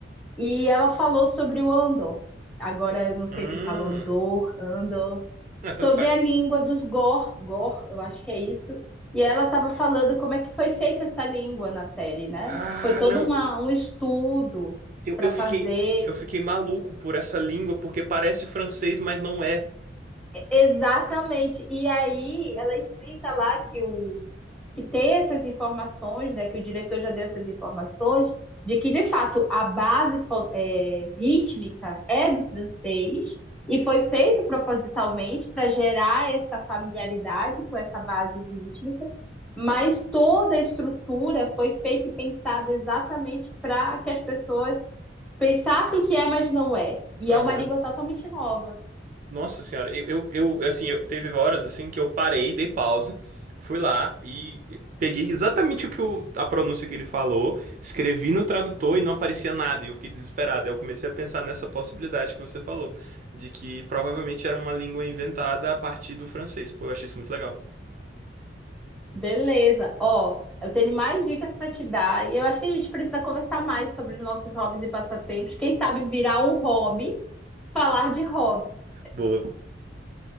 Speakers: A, in the centre; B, on the right.
A: e ela falou sobre o Andor. Agora, eu não sei
B: Hum.
A: se fala Andor, Andor.
B: Ah, tanto
A: Sobre
B: faz.
A: a língua dos Gor, Gor, eu acho que é isso. E ela estava falando como é que foi feita essa língua na série, né?
B: Ah,
A: Foi todo
B: não.
A: uma, um estudo
B: Eu,
A: para
B: eu fiquei
A: fazer.
B: eu fiquei maluco por essa língua porque parece francês, mas não é.
A: Exatamente. E aí ela explica lá que o, que ter essas informações, né, que o diretor já deu essas informações, de que de fato a base é, rítmica é do francês e foi feito propositalmente para gerar essa familiaridade com essa base rítmica, mas toda a estrutura foi feita e pensada exatamente para que as pessoas pensassem que é, mas não é. E
B: Aham.
A: é uma língua totalmente nova.
B: Nossa senhora, eu, eu, eu assim, eu teve horas assim que eu parei, dei pause, fui lá e peguei exatamente o que o, a pronúncia que ele falou, escrevi no tradutor e não aparecia nada, e eu fiquei desesperado. Aí Eu comecei a pensar nessa possibilidade que você falou, de que provavelmente era uma língua inventada a partir do francês. Pô, eu achei isso muito legal.
A: Beleza. Ó, eu tenho mais dicas para te dar e eu acho que a gente precisa conversar mais sobre os nossos hobbies e passatempos. Quem sabe virar um hobby, falar de hobbies.
B: Boa.